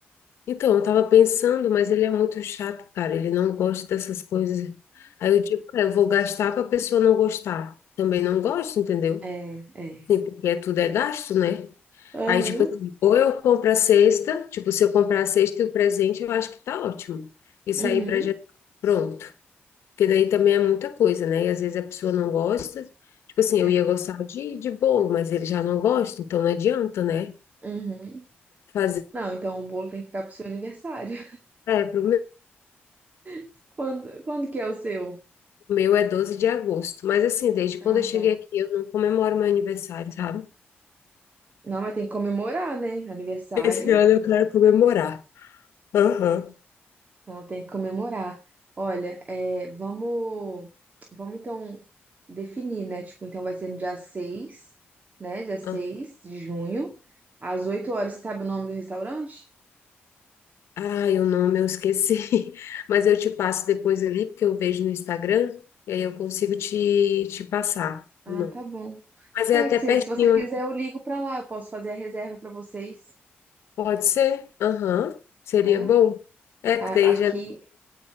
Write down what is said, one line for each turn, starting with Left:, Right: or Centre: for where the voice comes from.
Left: Então, eu tava pensando, mas ele é muito chato, cara. Ele não gosta dessas coisas. Aí eu digo, é, eu vou gastar para a pessoa não gostar. Também não gosta, entendeu?
Right: É, é.
Left: Sim, porque é- tudo é gasto, né?
Right: Aham.
Left: Aí, tipo assim, ou eu compro a cesta, tipo, se eu comprar a cesta e o presente, eu acho que tá ótimo. Isso
Right: Uhum.
Left: aí pra já pronto. Porque daí também é muita coisa, né? E às vezes a pessoa não gosta. Tipo assim,
Right: É.
Left: eu ia gostar de, de bolo, mas ele já não gosta, então não adianta, né?
Right: Uhum.
Left: Fazer.
Right: Não, então o bolo tem que ficar pro seu aniversário.
Left: É, pro meu,
Right: <laughs> Quando, quando que é o seu?
Left: o meu é 12 de agosto. Mas assim, desde
Right: Ah,
Left: quando eu cheguei
Right: tá.
Left: aqui, eu não comemoro meu aniversário, sabe?
Right: Não, mas tem que comemorar, né? Aniversário.
Left: Esse ano eu quero comemorar. Aham.
Right: Ela tem que comemorar. Olha, é, vamos, vamos então definir, né? Tipo, então vai ser no dia 6, né? Dia 6
Left: Não.
Right: de junho, às 8 horas. Você sabe o nome do restaurante?
Left: Ai, o nome eu esqueci, <laughs> mas eu te passo depois ali, porque eu vejo no Instagram, e aí eu consigo te, te passar
Right: Ah,
Left: o nome.
Right: tá bom.
Left: Mas é
Right: É
Left: até
Right: que se,
Left: pertinho,
Right: se você quiser, eu ligo pra lá. Eu posso fazer a reserva pra vocês,
Left: pode ser? Aham, Seria
Right: né?
Left: bom? É
Right: A-
Left: que daí
Right: aqui,
Left: já.